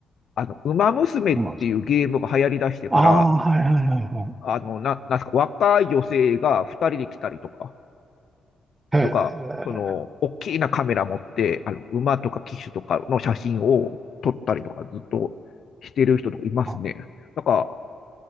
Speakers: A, on the left; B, on the right.
A: あの、ウマ娘っていうゲームが流行り出してから、
B: そうです。ああー、はいはいはいはい。
A: あの、な、なんすか、若い女性が2人で来たりとか、
B: へえ、
A: とか、その、大きなカメラ持って、あの、馬とか騎手とかの写真を撮ったりとか、ずっとしてる人とかいますね。
B: あ、
A: なんか、